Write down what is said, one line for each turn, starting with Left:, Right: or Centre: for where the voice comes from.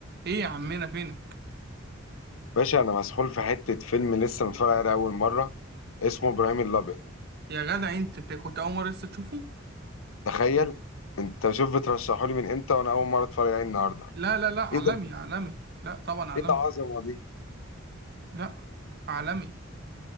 Right: ايه يا عمنا فينك
Left: باشا انا مسحول في حته فيلم لسه متفرج عليه اول مره اسمه ابراهيم الابيض
Right: يا جدع انت انت كنت اول مره لسه تشوفه
Left: تخيل انت شوف بترشحه لي من امتى وانا اول مره اتفرج عليه النهارده
Right: لا لا لا عالمي
Left: ايه ده
Right: عالمي لا طبعا عالمي
Left: ايه ده عظمه دي
Right: لا عالمي